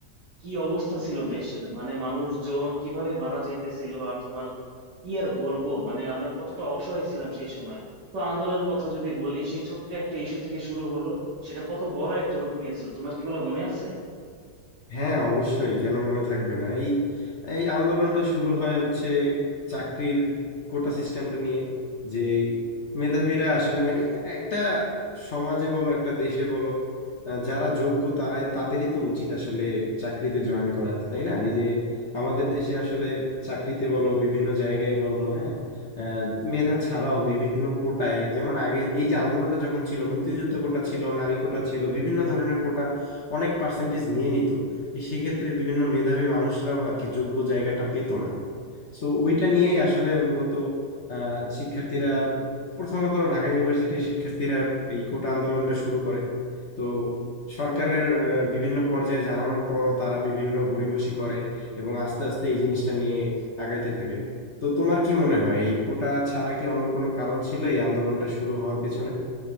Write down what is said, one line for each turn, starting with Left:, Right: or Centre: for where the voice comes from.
Right: কি অবস্থা ছিল দেশের মানে মানুষজন কিভাবে মারা যাইতেছিল আর তোমার কি আর বলবো মানে আমরা কতটা অসহায় ছিলাম সেই সময় তো আন্দোলনের কথা যদি বলি সেই ছোট্ট একটা ইস্যু থেকে শুরু হলো সেটা কত বড় একটা রূপ নিয়েছিল তোমার কি এগুলো মনে আছে
Left: হ্যাঁ অবশ্যই কেন মনে থাকবে না এই এই আন্দোলনটা শুরু হয় হচ্ছে চাকরির কোটা সিস্টেমটা নিয়ে যে এই মেধাবীরা আসলে এ- একটা সমাজে বলো একটা দেশে বলো আহ, যারা যোগ্য তারাই তাদেরই তো উচিত আসলে চাকরিতে জয়েন করা তাই না এই যে আমাদের দেশে আসলে চাকরিতে বলো বিভিন্ন জায়গায় বলো হ্যাঁ আহ, মেধা ছাড়াও বিভিন্ন কোটায় যেমন আগে এই যে আন্দোলনটা যখন ছিল মুক্তিযুদ্ধ কোটা ছিল নারী কোটা ছিল বিভিন্ন ধরনের কোটা অনেক পার্সেন্টেজ নিয়ে নিত এই সেই ক্ষেত্রে বিভিন্ন মেধাবী মানুষরাও আর কি যোগ্য জায়গাটা পেতো না সো ওইটা নিয়েই আসলে মূলত আহ, শিক্ষার্থীরা প্রথমত ঢাকা ইউনিভার্সিটির শিক্ষার্থীরা এই কোটা আন্দোলনটা শুরু করে তো সরকারের আহ, বিভিন্ন পর্যায়ে জানানোর পরও তারা বিভিন্ন গড়িমসি করে এবং আস্তে আস্তে এই জিনিসটা নিয়ে আগাইতে থাকে তো তোমার কি মনে হয় এই কোটা ছাড়া কি অন্য কোনো কারণ ছিল এই আন্দোলনটা শুরু হওয়ার পেছনে